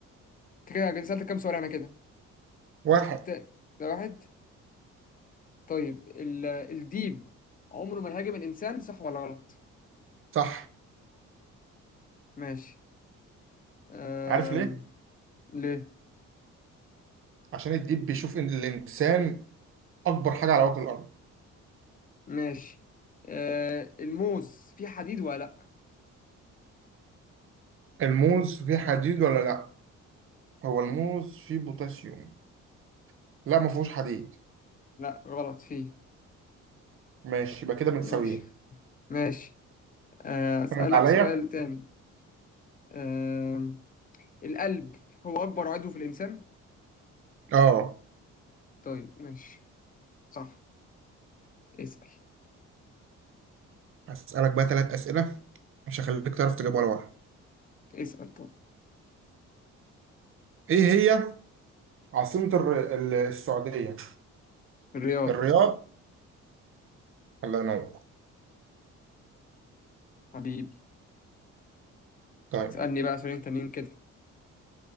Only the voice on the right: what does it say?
واحد
صح
عارف ليه؟
عشان الديب بيشوف إن الإنسان أكبر حاجة على وجه الأرض
الموز فيه حديد ولا لأ؟ هو الموز فيه بوتاسيوم لا ما فيهوش حديد
ماشي يبقى كده متساويين
فاهم عليا؟
اه
أسألك بقى ثلاث أسئلة مش هخليك تعرف تجاوب ولا واحدة
إيه هي عاصمة الر... ال- السعودية؟
الرياض الله ينور
طيب